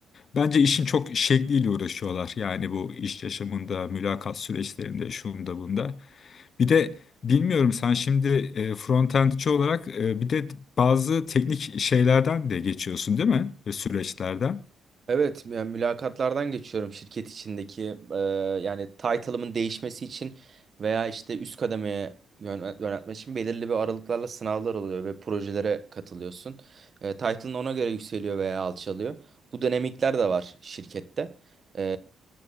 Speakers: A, on the left; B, on the right.
A: Bence işin çok şekliyle uğraşıyorlar. Yani bu iş yaşamında, mülakat süreçlerinde, şunda bunda. Bir de bilmiyorum sen şimdi e, frontendçi olarak e, bir de bazı teknik şeylerden de geçiyorsun değil mi? Ve süreçlerden.
B: Evet, yani mülakatlardan geçiyorum şirket içindeki e, yani title'ımın değişmesi için veya işte üst kademeye yön- yöneltmek için belirli bir aralıklarla sınavlar oluyor ve projelere katılıyorsun. E, title'ın ona göre yükseliyor veya alçalıyor. Bu dinamikler de var şirkette. E,